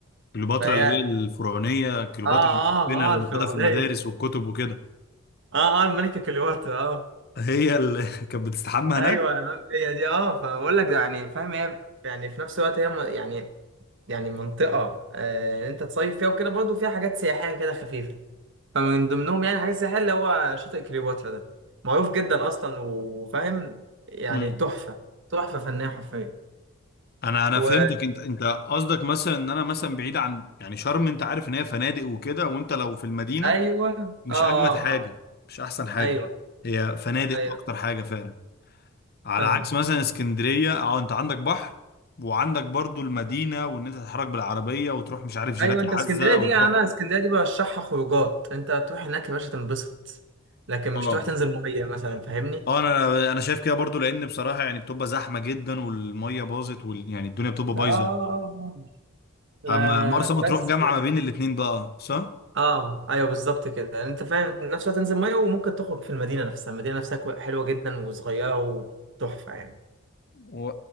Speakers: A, on the left; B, on the right.
A: كليوباترا
B: فهي
A: اللي هي الفرعونيه كليوباترا
B: اه اه
A: اللي بنحبها لما
B: اه الفرعونية
A: بناخدها في المدارس والكتب وكده
B: اه اه الملكة كليوباترا اه
A: هي اللي <laughs> كانت بتستحمى
B: ايوه
A: هناك
B: يا عم هي دي اه فبقول لك يعني فاهم هي يعني في نفس الوقت هي م- يعني يعني منطقة آه، انت تصيف فيها وكده برضه فيها حاجات سياحية كده خفيفة فمن ضمنهم يعني حاجات سياحية اللي هو شاطئ كليوباترا ده معروف جدا أصلا وفاهم يعني
A: امم
B: تحفة تحفة فنية حرفيا
A: انا انا
B: و
A: فهمتك انت انت قصدك مثلا ان انا مثلا بعيد عن يعني شرم انت عارف ان هي فنادق وكده وانت لو في المدينه
B: أيوه
A: مش
B: آه آه
A: اجمد حاجه
B: آه
A: مش احسن حاجه
B: أيوه
A: هي فنادق
B: أيوه
A: اكتر حاجه فعلا على
B: فاهم
A: عكس مثلا اسكندرية اه انت عندك بحر وعندك برضو المدينة وان انت تتحرك بالعربية وتروح مش عارف جيلاتي
B: أيوه أنت اسكندرية
A: عزة
B: دي
A: وتروح
B: يعني أنا اسكندرية دي برشحها خروجات أنت تروح هناك يا باشا تنبسط لكن مش
A: اه
B: تروح تنزل مية مثلا فاهمني؟
A: اه انا انا شايف كده برضو لان بصراحة يعني بتبقى زحمة جدا والمية باظت وال... يعني الدنيا بتبقى بايظة
B: آه آه آه. لا
A: اما مرسى مطروح
B: بس
A: جامعة ما بين الاتنين بقى صح؟
B: اه ايوه بالظبط كده يعني انت فاهم في نفس الوقت تنزل ميه وممكن تخرج في المدينه نفسها المدينه نفسها كو- حلوه جدا وصغيره وتحفه يعني
A: و...